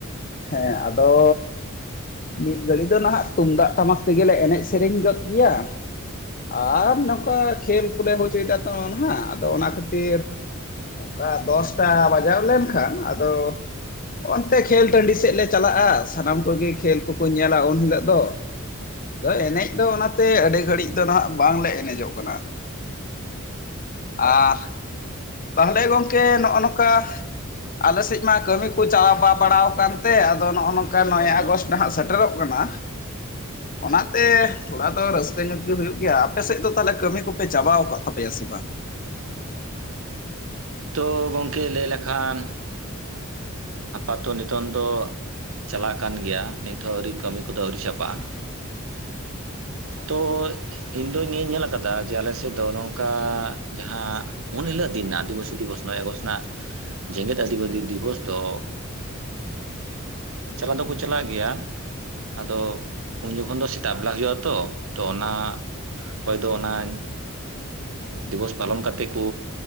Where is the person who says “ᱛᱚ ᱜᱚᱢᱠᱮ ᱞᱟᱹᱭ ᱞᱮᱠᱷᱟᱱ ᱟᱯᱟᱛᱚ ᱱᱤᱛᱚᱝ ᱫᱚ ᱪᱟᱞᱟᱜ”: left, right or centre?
Right